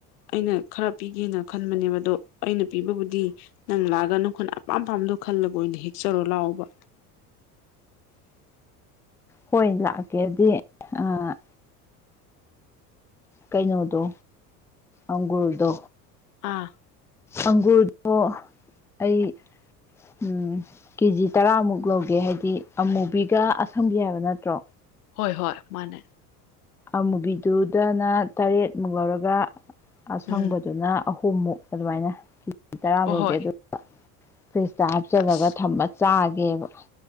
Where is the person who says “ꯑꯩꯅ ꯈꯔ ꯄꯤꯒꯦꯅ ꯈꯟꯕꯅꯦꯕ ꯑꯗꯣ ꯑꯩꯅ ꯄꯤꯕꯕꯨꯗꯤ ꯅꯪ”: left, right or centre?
Left